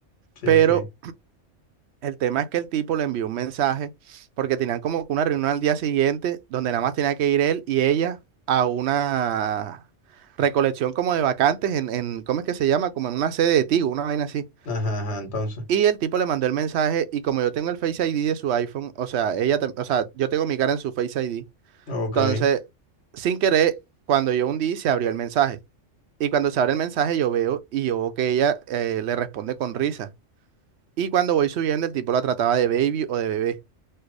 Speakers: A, on the left; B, on the right.
A: Sí,
B: Pero
A: sí.
B: El tema es que el tipo le envió un mensaje porque tenían como que una reunión al día siguiente donde nada más tenía que ir él y ella a una recolección como de vacantes en, en ¿cómo es que se llama? Como en una sede de Tigo, una vaina así.
A: Ajá, ajá, entonces.
B: Y el tipo le mandó el mensaje y como yo tengo el Face ID de su iPhone, o sea, ella, tam- o sea, yo tengo mi cara en su Face ID.
A: Ok.
B: Entonces, sin querer, cuando yo hundí, se abrió el mensaje. Y cuando se abre el mensaje, yo veo y yo veo que ella eh, le responde con risa. Y cuando voy subiendo, el tipo la trataba de baby o de bebé.